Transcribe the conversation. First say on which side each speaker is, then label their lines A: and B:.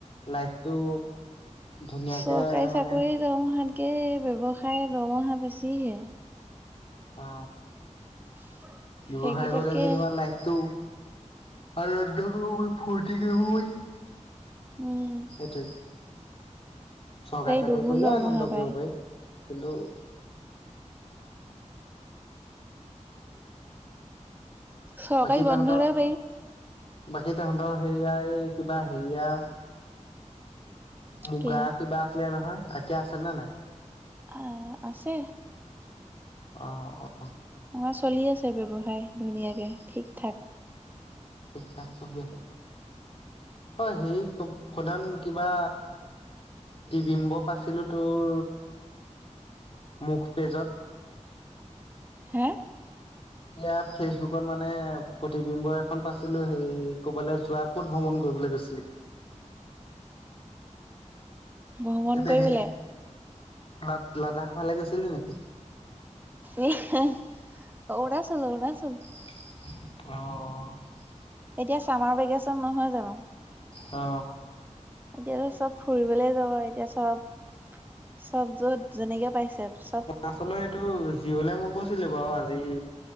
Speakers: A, on the left; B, on the right.
A: লাইফটো ধুনীয়াকে
B: চৰকাৰী
A: মানে
B: চাকৰি দৰমহাতকে ব্যৱসায় দৰমহা বেছি হে।
A: অ।
B: <inaudible>
A: ব্যৱসায়
B: সেইকেইটাতকে
A: কৰিলে যেনিবা লাইফটো আনন্দ কৰিব পাৰি, ফূৰ্তি কৰিব পাৰি।
B: উম।
A: সেইটোৱে চৰকাৰী চাকৰি
B: দুগুণ
A: কৰিলেও
B: দৰমহা
A: আনন্দ
B: পায়
A: কৰিব পাৰি। কিন্তু
B: চৰকাৰী
A: বাকী
B: বন্ধলৈ
A: তহঁতৰ,
B: পাৰি
A: বাকী তহঁতৰ সেয়া এই কিবা হেৰিয়া মূ্গা
B: কি?
A: কিবা আছিলে নহয় এতিয়া আছে নে নাই?
B: আ আ, আছে।
A: অ অ
B: আমাৰ চলি আছে ব্যৱসায়, ধুনীয়াকে ঠিক থাক।
A: ঠিক থাক চলি আছে, অ সেই চব প্ৰধান কিবা তিবিম্ব পাইছিলো তোৰ মোক পেজত
B: হে?
A: এয়া ফেচবুকত মানে প্ৰতিবিম্ব এখন পাইছিলো সেই ক'বালৈ যোৱা ক'ত ভ্ৰমণ কৰিবলৈ গৈছিলি?
B: ভ্ৰমণ
A: ইয়াতে
B: কৰিবলে
A: সেই লা লাডাখফালে গৈছিলি নেকি?
B: ই হিহ, অৰুণাচল - অৰুণাচল।
A: অহ।
B: এতিয়া চামাৰ ভেকেচন নহয় জানো?
A: অ।
B: এতিয়াতো চব ফুৰিবলে যাব এতিয়া চব। চব য'ত যেনেকে পাইছে চব
A: আচলতে এইটো জিৰলে মোক গৈছিলো বাৰু আজি